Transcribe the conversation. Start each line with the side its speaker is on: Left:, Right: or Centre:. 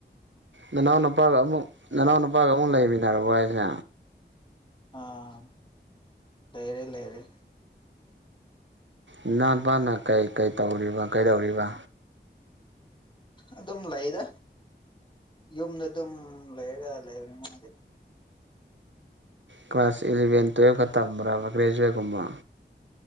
Right: ꯅꯅꯥꯎ ꯅꯨꯄꯥꯒ ꯑꯃꯨꯛ ꯅꯅꯥꯎ ꯅꯨꯄꯥꯒ ꯑꯃꯨꯛ ꯂꯩꯃꯤꯟꯅꯔꯕꯣ ꯍꯥꯏꯁꯦ
Left: ꯑꯥ ꯂꯩꯔꯦ ꯂꯩꯥꯔꯦ
Right: ꯏꯅꯥꯎ ꯅꯨꯄꯥꯅ ꯀꯩ ꯀꯩ ꯇꯧꯔꯤꯕ ꯀꯩꯗꯧꯔꯤꯕ
Left: ꯑꯗꯨꯝ ꯂꯩꯗ ꯌꯨꯝꯗ ꯑꯗꯨꯝ ꯂꯩꯔꯒ ꯂꯩꯕꯅꯤ ꯃꯥꯗꯤ
Right: ꯀ꯭ꯂꯥꯁ ꯏꯂꯚꯦꯟ ꯇꯨ꯭ꯌꯦꯞꯀ ꯇꯝꯕ꯭ꯔꯥꯕ ꯒ꯭ꯔꯦꯖꯨꯌꯦꯠꯀꯨꯝꯕ